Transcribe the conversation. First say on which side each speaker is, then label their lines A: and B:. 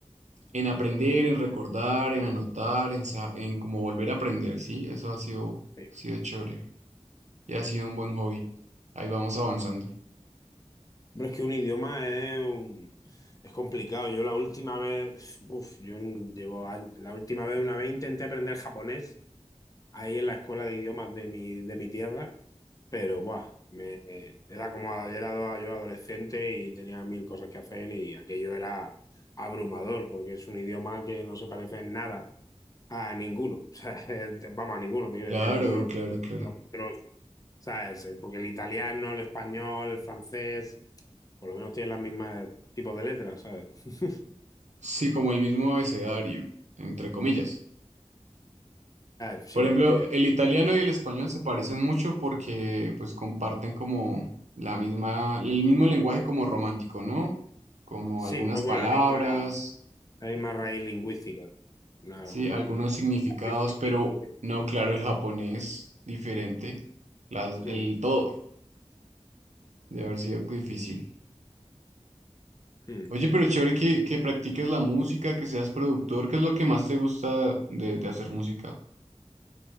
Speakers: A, on the right; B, on the left.
A: en aprender, en recordar, en anotar, en, sa- en como volver a aprender, ¿sí? Eso ha sido,
B: Sí.
A: sido chévere y ha sido un buen hobby. Ahí vamos avanzando.
B: Hombre, es que un idioma es, un- es complicado. Yo la última vez, uf, yo llevo años- la última vez, una vez intenté aprender japonés ahí en la escuela de idiomas de mi, de mi tierra. Pero, buah, me, era como era yo adolescente y tenía mil cosas que hacer y aquello era abrumador porque es un idioma que no se parece en nada a ninguno. <laughs> O sea, eh, vamos, a ninguno, te quiero
A: Claro,
B: decir, a ninguno
A: claro, claro.
B: de nosotros, ¿sabes? Eh, Porque el italiano, el español, el francés, por lo menos tienen las mismas tipos de letras, ¿sabes? <laughs>
A: Sí, como el mismo abecedario, entre comillas.
B: O
A: Por
B: sí,
A: ejemplo,
B: por así decirlo.
A: el italiano y el español se parecen mucho porque pues comparten como la misma, el mismo lenguaje como romántico, ¿no? Como
B: Sí,
A: algunas
B: un poco
A: palabras,
B: la misma, la misma raíz lingüística. Una,
A: sí,
B: una-
A: algunos significados,
B: lingüístico.
A: pero no, claro, el japonés diferente, las,
B: Mm,
A: el todo, de haber sido difícil.
B: mm.
A: Oye, pero chévere que, que practiques la música, que seas productor, ¿qué es lo que más te gusta de, de hacer música?